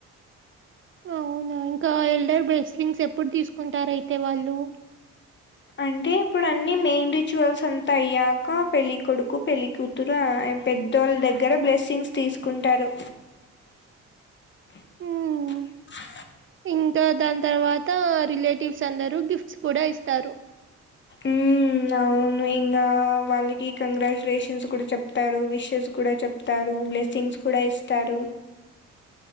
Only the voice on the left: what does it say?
అంటే ఇప్పుడు అన్ని మెయిన్ రిచువల్స్ అంతా అయ్యాక పెళ్ళి కొడుకు పెళ్ళికుతూరు తూర పెద్దోళ్ళ దగ్గర బ్లెస్సింగ్స్ తీసుకుంటారు అ
ఉమ్ అవును ఇంగా వాళ్ళకి కంగ్రాచ్యులేషన్స్ కూడా చెప్తారు విషెస్ కూడా చెప్ తారు బ్లెస్సింగ్స్ కూడా ఇస్తారు